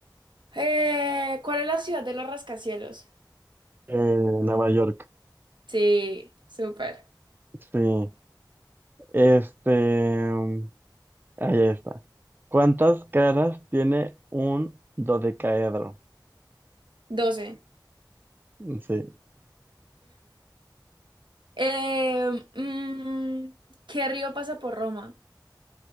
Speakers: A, on the right; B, on the right.
A: eh, ¿cuál es la ciudad de los rascacielos?
B: Nueva York,
A: Sí, súper.
B: sí. Este. em, Ahí está. ¿Cuántas caras tiene un dodecaedro?
A: 12.
B: Sí.
A: Eh, mm, ¿qué río pasa por Roma?